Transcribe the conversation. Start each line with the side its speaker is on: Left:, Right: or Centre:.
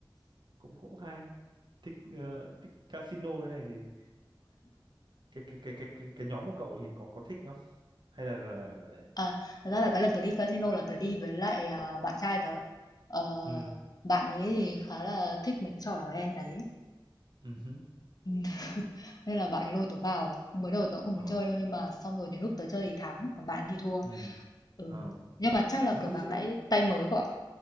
Right: cũng cũng hay thích ờ, thích casino thế này thì cái cái cái cái cái, cái nhóm của cậu thì có có thích không hay là là, là, là...
Left: À, thật ra là cái lần tớ đi casino là tớ đi với lại à, bạn trai tớ. Ờ,
Right: ừ
Left: bạn ấy thì khá là thích mấy cái trò đỏ đen đấy.
Right: ừ hứ.
Left: <laughs> Nên là bạn ấy lôi tớ vào, mới đầu tớ cũng không
Right: ồ
Left: muốn chơi đâu nhưng mà xong rồi đến lúc tớ chơi thì thắng, còn bạn ấy thì thua.
Right: ừ
Left: Ừ.
Right: ồ
Left: Nhưng mà chắc
Right: <laughs>
Left: là cờ bạc đãi tay mới cậu ạ.